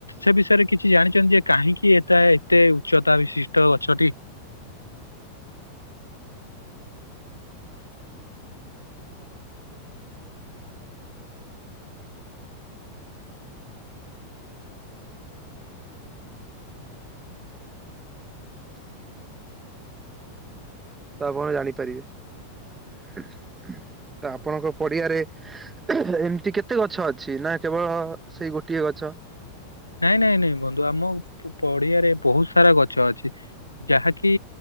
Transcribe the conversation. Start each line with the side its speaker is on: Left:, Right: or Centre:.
Left: ସେ ବିଷୟରେ କିଛି ଜାଣିଛନ୍ତି ଯେ କାହିଁକି ଏଟା ଏତେ ଉଚ୍ଚତା ବିଶିଷ୍ଟ ଗଛଟି।
Right: <inaudible> ତ ଆପଣ ଜାଣିପାରିବେ। ତ ଆପଣଙ୍କ ପଡିଆରେ ଏମତି କେତେ ଗଛ ଅଛି? ନା କେବଳ ସେଇ ଗୋଟିଏ ଗଛ
Left: ନାଇଁ ନାଇଁ ନାଇଁ ବନ୍ଧୁ ଆମ ପଡିଆରେ ବହୁତ ସାରା ଗଛ ଅଛି। ଯାହାକି